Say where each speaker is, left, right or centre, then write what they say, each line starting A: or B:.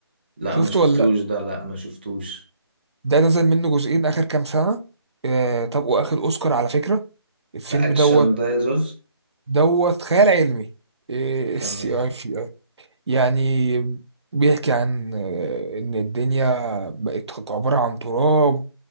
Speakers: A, on the right (about 20°); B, on the right (about 75°).
A: لا
B: شفته
A: ما شفتوش
B: ولا لا
A: ده لا ما شفتوش
B: ده نزل منه جزئين اخر كام سنه آه طب واخد اوسكار على فكره الفيلم
A: ده اكشن
B: دوت
A: ده يا زوز
B: دوت خيال علمي اي
A: تمام
B: اس سي اي يعني بيحكي عن آه، إن الدنيا بقت عبارة عن تراب